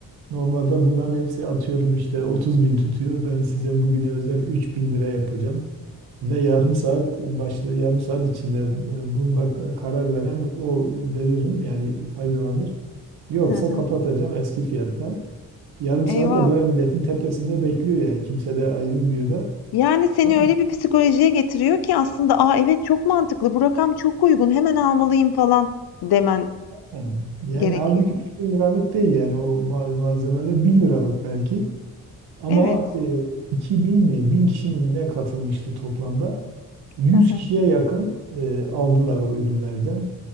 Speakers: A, on the right; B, on the left.
A: normalde bunların hepsi atıyorum işte 30 bin tutuyor. Ben size bugüne özel 3 bin lira yapacağım. Ve yarım saat başla yarım saat içinde e, bunda k- karar veren o veririm yani faydalanır. Yoksa
B: Hı hı.
A: kapatacağım eski fiyattan. Yarım saat
B: Eyvah.
A: de böyle milletin tepesinde bekliyor yani kimse de ayrılmıyor da.
B: Yani seni
A: Tamam
B: öyle
A: mı?
B: bir psikolojiye getiriyor ki aslında "Aa evet çok mantıklı. Bu rakam çok uygun. Hemen almalıyım." falan demen
A: Yani, yani
B: gerekiyor.
A: halbuki 3000 liralık değil yani o ma- malzemeler 1000 liralık belki. Ama
B: Evet.
A: e, 2000 mi 1000 kişi mi ne katılmıştı toplamda? 100
B: Hı hı.
A: kişiye yakın e, aldılar o ürünlerden.